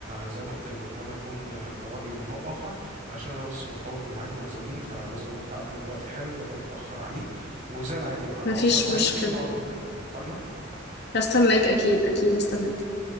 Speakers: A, on the right; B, on the left.
A: زي ما قلت لك ربما يكون آه، حوار للقاء آخر علشان أنا بس مرتبط بميعاد مع زميل فلازم أروح أقابله دلوقتي حالا بدل ما أتأخر عليه وزي العادي بقى هتواصل
B: مفيش
A: معاكي
B: مشكلة
A: ونقعد نتكلم اتفقنا
B: هستناك اكيد اكيد هستناك